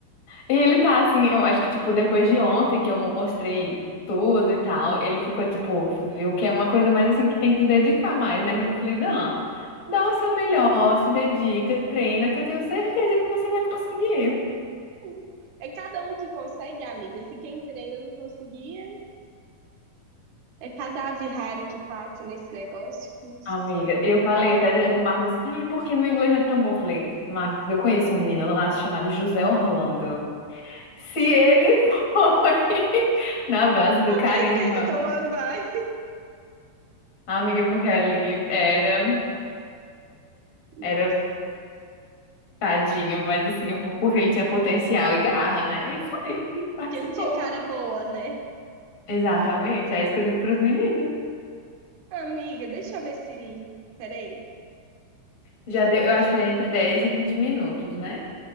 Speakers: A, on the left; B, on the right.
A: E ele tá assim, eu acho que, tipo, depois de ontem que eu mostrei tudo e tal, ele ficou, tipo, viu que é uma coisa mais assim, que tem que se dedicar mais, né? Mas eu falei, Dan, dá o seu melhor, se dedica, treina, que eu tenho certeza que você vai conseguir.
B: Sim. É cada um que consegue, amiga. Se quem treina não conseguia, é é cada ave rara que passa nesse negócio. que, Nossa,
A: Amiga, eu falei até o Marcos assim, ai, por que meu inglês não é tão bom? Eu falei, Marcos, eu conheci um menino lá chamado José Orlando. Se ele foi <laughs> na base do
B: qualquer
A: carisma,
B: pessoa vai. <laughs>
A: amiga, porque ali era.
B: Nossa,
A: Era Tadinho, mas assim, o Curry ele tinha potencial e garra, né? E foi, e
B: porque
A: participou.
B: ele tinha cara boa, né?
A: Exatamente, é isso que eu disse pros meninos.
B: Amiga, deixa eu ver se. Peraí,
A: Já
B: deixa
A: deu,
B: eu ver.
A: eu acho
B: se-
A: que é entre 10 e 20 minutos, né?